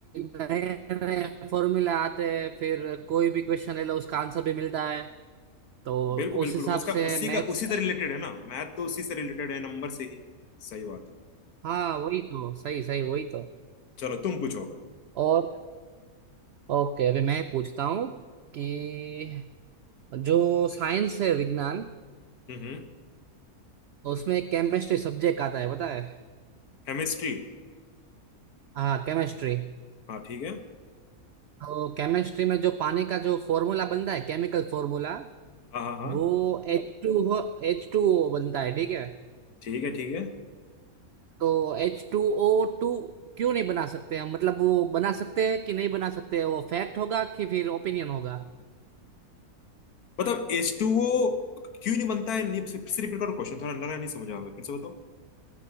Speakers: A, on the right; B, on the left.
A: नए नए फॉर्मूला आते हैं फिर कोई भी क्वेश्चन ले लो उसका आंसर भी मिलता है तो
B: बिल्कुल बिल्कुल
A: उस हिसाब
B: उसका
A: से
B: उसी
A: मैथ्स
B: का उसी से रिलेटेड है ना मैथ तो उसी से रिलेटेड है नंबर से ही सही बात है
A: हाँ वही तो सही सही वही तो
B: चलो तुम पूछोगे
A: और ओके अभी मैं पूछता हूँ कि जो साइंस है विज्ञान
B: हम्म हम्म
A: उसमें एक केमिस्ट्री सब्जेक्ट आता है पता है
B: केमिस्ट्री
A: हाँ केमिस्ट्री
B: हाँ ठीक है
A: तो केमिस्ट्री में जो पानी का जो फॉर्मूला बनता है केमिकल फॉर्मूला
B: हाँ हाँ हाँ
A: वो एच टू हो एच टू ओ बनता है ठीक है
B: ठीक है ठीक है
A: तो एच टू ओ टू क्यों नहीं बना सकते हम मतलब वो बना सकते हैं कि नहीं बना सकते हैं? वो फैक्ट होगा कि फिर ओपिनियन होगा
B: मतलब एच टू ओ क्यों नहीं बनता है नहीं, फिर से रिपीट करो क्वेश्चन थोड़ा लग रहा है नहीं समझ आ रहा है। फिर से बताओ